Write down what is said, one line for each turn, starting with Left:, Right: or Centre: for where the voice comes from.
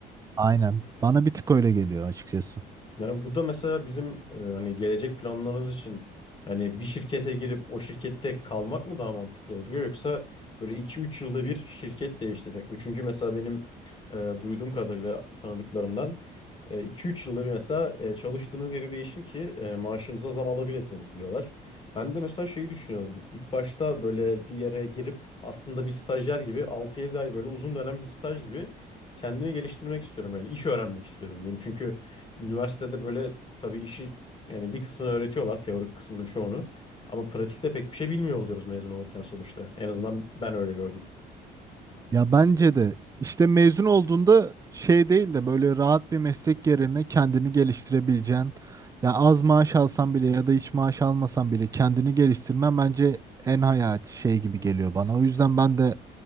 Right: Aynen. Bana bir tık öyle geliyor açıkçası.
Left: Yani bu da mesela bizim e, hani gelecek planlarımız için yani bir şirkete girip o şirkette kalmak mı daha mantıklı oluyor yoksa böyle iki üç yılda bir şirket değiştirmek mi? Çünkü mesela benim e, duyduğum kadarıyla tanıdıklarımdan e, iki üç yılda bir mesela e, çalıştığınız yeri değişin ki e, maaşınıza zam alabilirsiniz diyorlar. Ben de mesela şeyi düşünüyorum. İlk başta böyle bir yere girip aslında bir stajyer gibi altı yedi ay böyle uzun dönem bir staj gibi kendimi geliştirmek istiyorum. Yani iş öğrenmek istiyorum diyeyim. Çünkü Üniversitede böyle tabii işi yani bir kısmını öğretiyorlar teorik kısmının çoğunu. Ama pratikte pek bir şey bilmiyor oluyoruz mezun olurken sonuçta. En azından ben öyle gördüm.
Right: Ya bence de işte mezun olduğunda şey değil de böyle rahat bir meslek yerine kendini geliştirebileceğin ya az maaş alsan bile ya da hiç maaş almasan bile kendini geliştirmen bence en hayati şey gibi geliyor bana. O yüzden ben de